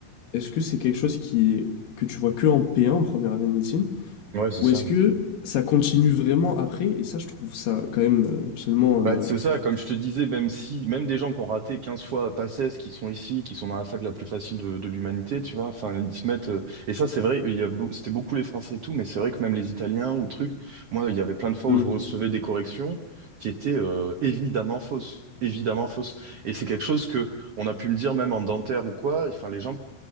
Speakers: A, on the left; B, on the right.
A: est-ce que c'est quelque chose qui est que tu vois que en P1 en première année de médecine
B: Ouais, c'est
A: ou
B: ça.
A: est-ce que ça continue vraiment après et ça je trouve ça quand même euh, absolument
B: Bah,
A: euh,
B: c'est ça, comme je te disais, même si, même des gens qui ont raté 15 fois Paces, qui sont ici, qui sont dans la fac la plus facile de, de l'humanité, tu vois, enfin, ils se mettent, euh, et ça, c'est vrai, il y a, beau- c'était beaucoup les Français et tout, mais c'est vrai que même les Italiens ou trucs, moi, il y avait plein de fois
A: hmm,
B: où je recevais des corrections qui étaient, euh, évidemment fausses, évidemment fausses. Et c'est quelque chose que on a pu me dire même en dentaire ou quoi, enfin, les gens